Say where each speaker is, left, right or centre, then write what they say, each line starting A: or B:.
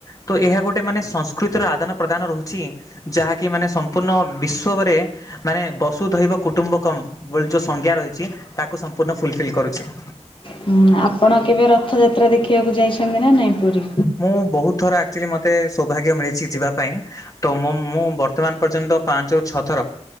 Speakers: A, on the left; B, on the left.
A: ତ ଏହା ଗୋଟେ ଗୋଟେ ମାନେ ସଂସ୍କୃତିର ଆଦାନ ପ୍ରଦାନ ରହୁଛି ଯାହାକି ମାନେ ସମ୍ପୂର୍ଣ୍ଣ ବିଶ୍ଵରେ ମାନେ ବସୁ ଧୈବ କୁଟୁମ୍ବକମ ଯୋଉ ସଂଜ୍ଞା ରହିଛି ତାକୁ ସମ୍ପୂର୍ଣ୍ଣ ଫୁଲଫିଲ୍ କରୁଛି।
B: ହୁଁ ଆପଣ କେବେ ରଥଯାତ୍ରା ଦେଖିବାକୁ ଯାଇଛନ୍ତି ନା ନାଇଁ ପୁରୀ?
A: ମୁଁ ବହୁତ ଥର ଆକଚୁଆଲି ମ ମତେ ସୌଭାଗ୍ୟ ମିଳିଛି ଯିବା ପାଇଁ ତ ମୁଁ ବର୍ତ୍ତମାନ ପର୍ଯ୍ୟନ୍ତ ପାଞ୍ଚ ରୁ ଛଅ ଥର